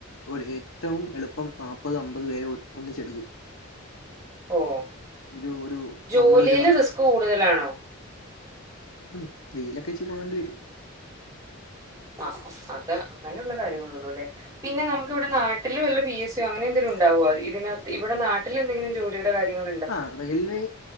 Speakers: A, on the left; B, on the right.
A: ഒരു ഏറ്റവും എളുപ്പം നാപ്പത് അബ- അത് വേരെ ഒ ഒന്നിച്ചെടുക്കും
B: ഓഹ്
A: ഇത് ഒരു
B: ജോലിയില്
A: നമ്മളൊരാ
B: റിസ്ക് കൂടുതലാണോ?
A: ഉം വെയിലൊക്കെച്ച്രി കൊള്ളേണ്ടി വരും
B: ആഹ് അത് അങ്ങനെയുള്ള കാര്യങ്ങളള്ളൂ അല്ലേ പിന്നെ നമുക്ക് ഇവിടെ നാട്ടിൽ വല്ല പി എസ് സി ഓ അങ്ങനെ എങ്കിലും ഉണ്ടാവോ അതിനകത്ത് ഇവിടെ നാട്ടിൽ എന്തെങ്കിലും ജോലിയുടെ കാര്യങ്ങള
A: ആഹ് റെയിൽവേ